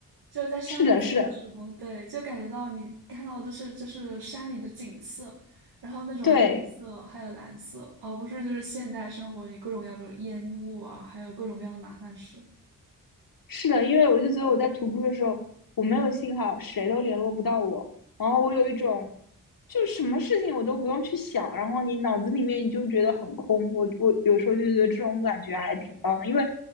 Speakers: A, on the right; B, on the left.
A: 就是在山里走的时候，
B: 是的，是的，
A: 对，就感觉到你看到的就是就是山里的景色，然后那种绿色还有蓝色，
B: 对，
A: 而不是就是现代生活里各种要不有烟雾啊，还有各种各样的麻烦事。
B: 是的，因为我就觉得我在徒步的时候，我没有信号，谁都联络不到我，然后我有一种，就什么事情我都不用去想，然后你脑子里面你就觉得很空。我我有时候就觉得这种感觉还挺棒的，因为